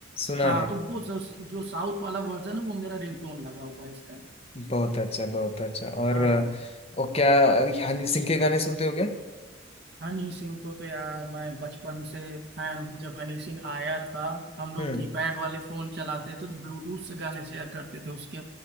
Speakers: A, on the left; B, on the right.
A: सुना
B: हाँ
A: है
B: तो वो जो, जो साउथ वाला वर्जन है वो मेरा रिंगटोन लगा हुआ है इस टाइम
A: बहुत अच्छा बहुत अच्छा और
B: हाँ
A: अ, वो क्या हनी सिंह के गाने सुनते हो क्या
B: हनी सिंह को तो यार मैं बचपन से फैन हूँ जब हनी सिंह आया था हम लोग
A: हम्म
B: कीपैड वाले फोन चलाते थे तो ब्लूटूथ से गाने शेयर करते थे उसके